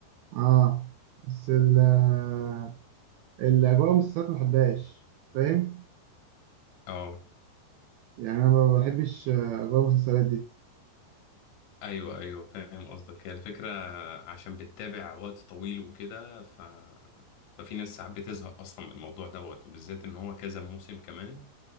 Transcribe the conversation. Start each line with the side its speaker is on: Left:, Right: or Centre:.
Right: اه بس ال- آه، الاجواء المسلسلات ما بحبهاش فاهم
Left: اه
Right: يعني انا ما بحبش آه، اجواء المسلسلات دي
Left: ايوه ايوه فاهم قصدك هي الفكره عشان بتتابع وقت طويل وكده ف ففي ناس ساعات بتزهق اصلا من الموضوع دوت وبالذات ان هو كذا موسم كمان